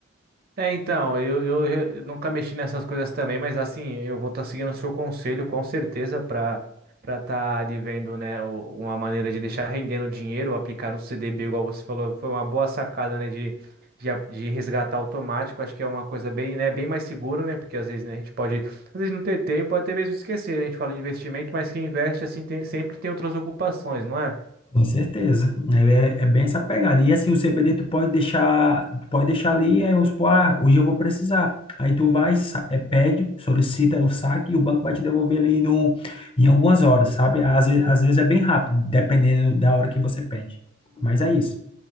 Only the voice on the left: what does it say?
Com certeza. É, é é bem essa pegada. E assim, o CBD tu pode deixar, pode deixar ali, aí vamos supor, ah, hoje eu vou precisar. Aí tu vai, sa- é, pede, solicita o saque e o banco vai te devolver ali no, em algumas horas, sabe? Às vezes, às vezes é bem rápido, dependendo da hora que você pede. Mas é isso.